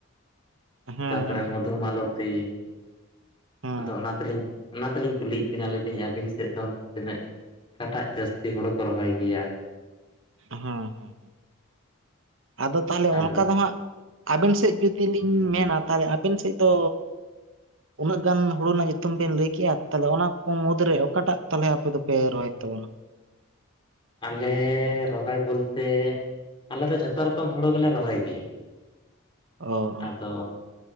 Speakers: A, on the right (about 65°); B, on the left (about 25°).
A: ᱦᱮᱸ
B: ᱛᱟᱯᱚᱨᱮ
A: ᱦᱮᱸ ᱦᱮᱸ
B: ᱢᱚᱫᱷᱩ ᱢᱟᱞᱚᱛᱤ
A: ᱦᱮᱸ
B: ᱟᱫᱚ ᱚᱱᱟ ᱛᱤᱞᱤᱧ ᱚᱱᱟ ᱛᱤᱞᱤᱧ ᱠᱩᱞᱤᱭᱮᱫ ᱵᱤᱱᱟ ᱞᱟᱹᱭ ᱫᱟᱹᱧ ᱟᱹᱵᱤᱱ ᱥᱮᱫ ᱫᱚ ᱚᱱᱛᱮ ᱛᱤᱱᱟᱹᱜ ᱠᱟᱴᱟᱜ ᱡᱟᱹᱥᱛᱤ ᱦᱩᱲᱩ ᱠᱚ ᱨᱚᱦᱚᱭ ᱜᱮᱭᱟ᱾
A: ᱦᱮᱸ, ᱦᱮᱸ ᱟᱫᱚ ᱛᱟᱦᱚᱞᱮ
B: ᱟᱫᱚ
A: ᱚᱱᱠᱟ ᱫᱚ ᱦᱟᱸᱜ ᱟᱵᱤᱱ ᱥᱮᱫ ᱡᱩᱫᱤ ᱞᱤᱧ ᱢᱮᱱᱟ ᱛᱟᱦᱚᱞᱮ ᱟᱵᱤᱱ ᱥᱮᱫ ᱫᱚ ᱩᱱᱟᱹᱜ ᱜᱟᱱ ᱦᱩᱲᱩ ᱨᱮᱱᱟᱜ ᱧᱩᱛᱩᱢ ᱵᱤᱱ ᱞᱟᱹᱭ ᱠᱮᱜᱼᱟ, ᱛᱟᱦᱚᱞᱮ ᱚᱱᱟ ᱠᱚ ᱢᱩᱫᱽ ᱨᱮ ᱚᱠᱟᱴᱟᱜ ᱛᱟᱦᱚᱞᱮ ᱟᱯᱮ ᱫᱚᱯᱮ ᱨᱚᱦᱚᱭᱮᱫ ᱛᱟᱵᱚᱱᱟ ᱾
B: ᱟᱞᱮ ᱨᱚᱦᱚᱭ ᱵᱚᱞᱛᱮ ᱟᱞᱮ ᱫᱚ ᱡᱷᱚᱛᱚ ᱨᱚᱠᱚᱢ ᱦᱩᱲᱩ ᱜᱮᱞᱮ ᱨᱚᱦᱚᱭ ᱜᱮᱭᱟ᱾
A: ᱚ ᱚ
B: ᱟᱫᱚ